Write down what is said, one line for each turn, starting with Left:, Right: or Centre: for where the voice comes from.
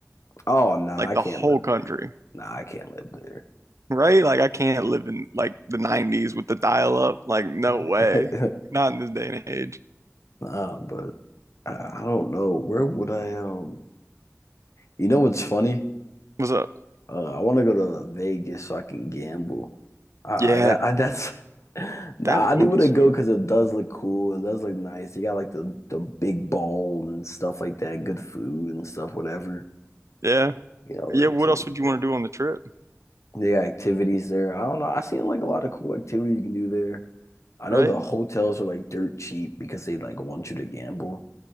Left: Oh nah,
Right: like
Left: I
Right: the
Left: can't
Right: whole
Left: live
Right: country,
Left: there. Nah, I can't live there.
Right: right? Like I can't live in like the 90s with the dial-up. Like no
Left: <laughs>
Right: way. Not in this day and age.
Left: Nah, but I, I don't know. Where would I um? You know what's funny?
Right: What's up?
Left: Uh, I want to go to Vegas so I can gamble. Uh,
Right: Yeah,
Left: that I, that's. <laughs> Nah,
Right: that
Left: I
Right: would
Left: do want
Right: be sweet.
Left: to go because it does look cool. It does look nice. You got like the the big bowl and stuff like that. Good food and stuff. Whatever
Right: Yeah.
Left: you know,
Right: Yeah,
Left: activities.
Right: what else would you want to do on the trip,
Left: They activities there. I don't know. I seen like a lot of cool activity you can do there. I know
Right: right?
Left: the hotels are like dirt cheap because they like want you to gamble.